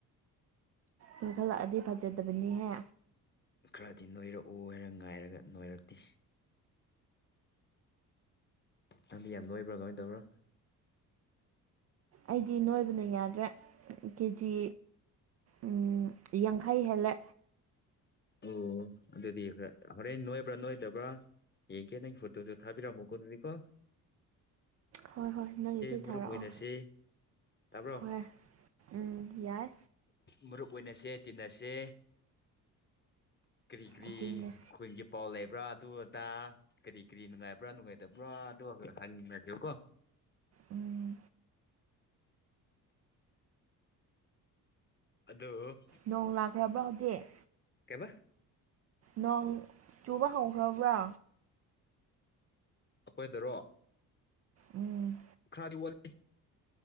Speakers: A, on the right (about 30°); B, on the left (about 20°).
A: ꯅꯣꯏꯈꯠꯂꯛꯑꯗꯤ ꯐꯖꯗꯕꯅꯤꯍꯦ
B: ꯈꯔꯗꯤ ꯅꯣꯏꯔꯛꯎ ꯍꯥꯏꯅ ꯉꯥꯏꯔꯒ ꯅꯣꯏꯔꯛꯇꯦ ꯅꯪꯗꯤ ꯌꯥꯝ ꯅꯣꯏꯕ꯭ꯔꯥ ꯀꯃꯥꯏꯅ ꯇꯧꯕꯔꯥ
A: ꯑꯩꯗꯤ ꯅꯣꯏꯕꯅ ꯌꯥꯗ꯭ꯔꯦ ꯀꯦꯖꯤ ꯎꯝ ꯌꯥꯡꯈꯩ ꯍꯦꯜꯂꯦ
B: ꯑꯣ ꯑꯗꯨꯗꯤ ꯈꯔ ꯍꯣꯔꯦꯟ ꯅꯣꯏꯕ꯭ꯔꯥ ꯅꯣꯏꯗꯕ꯭ꯔꯥ ꯌꯦꯡ ꯀꯦ ꯅꯪ ꯐꯣꯇꯣꯁꯨ ꯊꯕꯤꯔꯛꯝ ꯃꯨꯀꯣ ꯗꯨꯗꯤꯀꯣ
A: ꯍꯣꯏ ꯍꯣꯏ ꯅꯪꯒꯤꯁꯨ
B: ꯃꯔꯨꯞ
A: ꯊꯥꯔꯛꯑꯣ
B: ꯑꯣꯏꯅꯁꯦ ꯇꯥꯕ꯭ꯔꯣ
A: ꯍ‌ꯣꯏ ꯎꯝ ꯌꯥꯏ
B: ꯃꯔꯨꯞ ꯑꯣꯏꯅꯁꯦ ꯇꯤꯟꯅꯁꯦ ꯀꯔꯤ ꯀꯔꯤ
A: ꯑꯗꯨꯅꯦ
B: ꯈꯣꯏꯖꯞ ꯄꯥꯎ ꯂꯩꯕ꯭ꯔꯥ ꯑꯗꯨ ꯑꯗꯥ ꯀꯔꯤ ꯀꯔꯤ ꯅꯨꯡꯉꯥꯏꯕ꯭ꯔꯥ ꯅꯨꯡꯉꯥꯏꯇꯕ꯭ꯔꯥ ꯑꯗꯨ ꯍꯪꯅꯖ‌ꯦꯕꯀꯣ
A: ꯎꯝ
B: ꯑꯗꯣ
A: ꯅꯣꯡ ꯂꯥꯛꯈ꯭ꯔꯕ꯭ꯔꯥ ꯍꯧꯖꯤꯛ
B: ꯀꯩꯕ
A: ꯅꯣꯡ ꯆꯨꯕ ꯍꯧꯒ꯭ꯔꯕ꯭ꯔꯥ
B: ꯑꯈꯣꯏꯗꯔꯣ
A: ꯎꯝ
B: ꯈꯗꯤ ꯋꯥꯠꯂꯤ